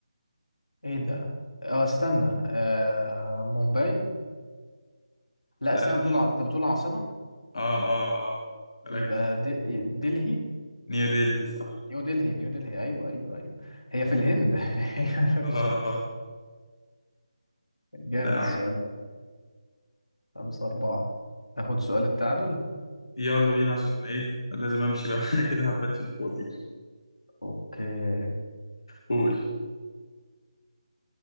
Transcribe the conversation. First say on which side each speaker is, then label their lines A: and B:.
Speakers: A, on the left; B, on the left.
A: إيه ده آه استنى آه مومباي لا
B: لا
A: استنى
B: ني-
A: بتقول ع- أنت بتقول عاصمة
B: اه اه اه ركز
A: يبقى د- دلهي
B: نيو ديلي صح
A: نيو دلهي نيو دلهي أيوه أيوه أيوه هي في الهند <laughs>
B: اه
A: مش-
B: اه آه.
A: جامد
B: لا عارف.
A: السؤال ده خمسة أربعة ناخد سؤال التعادل
B: يلا بينا عشان ايه لازم امشي بقى <laughs> كده هبات في الفاضي
A: أوكي
B: قول